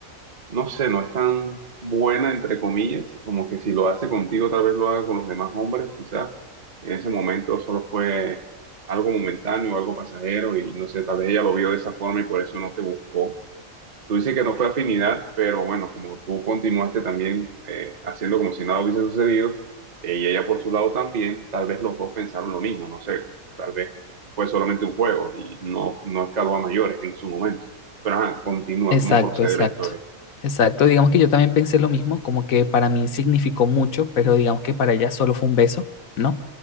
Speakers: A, on the right; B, on the left.
A: no sé, no es tan buena, entre comillas, como que si lo hace contigo, tal vez lo haga con los demás hombres, quizás. En ese momento solo fue algo momentáneo, algo pasajero y no sé, tal vez ella lo vio de esa forma y por eso no te buscó Tú dices que no fue afinidad, pero bueno, como tú continuaste también eh, haciendo como si nada hubiese sucedido, eh, y ella por su lado también, tal vez los dos pensaron lo mismo, no sé, tal vez fue solamente un juego y no, no escaló a mayores en su momento. Pero ajá, continúa,
B: Exacto,
A: ¿cómo procede
B: exacto,
A: la historia?
B: exacto. Digamos que yo también pensé lo mismo, como que para mí significó mucho, pero digamos que para ella solo fue un beso, ¿no?